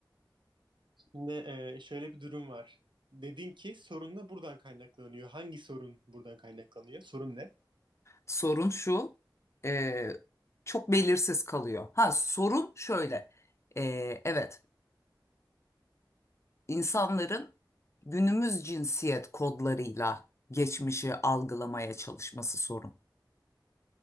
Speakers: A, on the right; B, on the left.
A: Şimdi e, şöyle bir durum var. Dedin ki sorun da buradan kaynaklanıyor. Hangi sorun buradan kaynaklanıyor? Sorun ne?
B: Sorun şu, e, çok belirsiz kalıyor. Ha sorun şöyle, e, evet insanların günümüz cinsiyet kodlarıyla geçmişi algılamaya çalışması sorun.